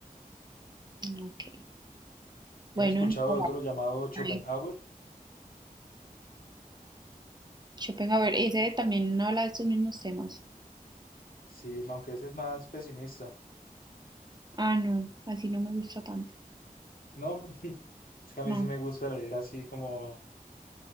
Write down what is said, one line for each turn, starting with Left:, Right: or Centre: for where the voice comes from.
Right: Ok.
Left: Ya
Right: Bueno,
Left: he escuchado
Right: Nicolás,
Left: de otro llamado Schopenhauer,
Right: ahí. Schopenhauer, ese también no habla de estos mismos temas.
Left: sí, aunque ese es más pesimista.
Right: Ah, no, así no me gusta tanto.
Left: No, <laughs> es que a mí
Right: No,
Left: sí me gusta leer así como,